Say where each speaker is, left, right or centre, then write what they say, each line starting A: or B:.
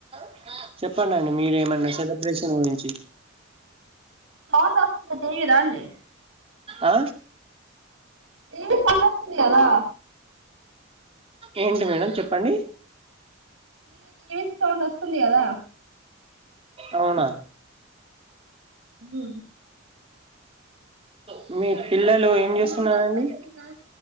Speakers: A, on the right; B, on the right.
A: ఆ చెప్ చెప్పండి అండి మీరే ఏమన్నా సెలబ్రేషన్ గురించి
B: మొహం దాసుకుంటే తెలియదా అండి
A: ఆ
B: ఏమో సౌండ్ వస్తుంది కదా
A: ఏంటి మేడం చెప్పండి
B: ఈ టీవీ సౌండ్ వస్తుంది కదా
A: అవునా
B: ఉ
A: మీ పిల్లలు ఏం చేస్తున్నారండి
B: ఇన్నరవయి పచ్చందికా